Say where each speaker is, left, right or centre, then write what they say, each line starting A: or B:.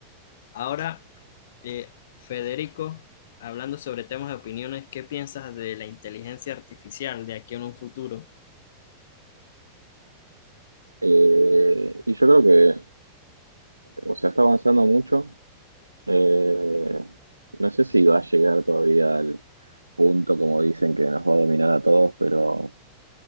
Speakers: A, on the left (about 60°); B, on the right (about 85°).
A: Ahora Eh, Federico, hablando sobre temas de opiniones, ¿qué piensas de la inteligencia artificial de aquí en un futuro?
B: Eh, y yo creo que, o sea, está avanzando mucho. Eh, no sé si va a llegar todavía al punto, como dicen, que nos va a dominar a todos, pero,